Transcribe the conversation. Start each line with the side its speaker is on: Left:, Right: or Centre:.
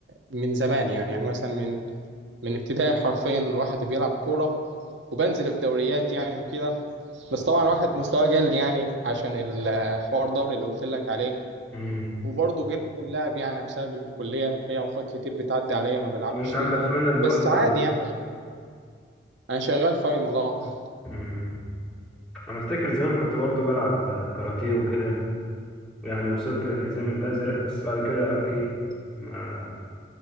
Right: من زمان يعني يعني مثلا من من ابتدائي حرفيا الواحد بيلعب كورة وبنزل في دوريات يعني وكده بس طبعا الواحد مستواه قل يعني عشان الحوار ظهري اللي قلت لك عليه
Centre: مم.
Right: وبرضه قلة اللعب يعني بسبب الكلية في أوقات كتير بتعدي عليا ما بلعبش
Centre: وانت
Right: فيها
Centre: عندك فاينل دلوقتي
Right: بس عادي
Centre: ولا
Right: يعني أنا شغال فاينل اه
Centre: مم. انا افتكر زمان كنت برضو بلعب كاراتيه وكده يعني وصلت للحزام الأزرق بس بعد كده إيه ما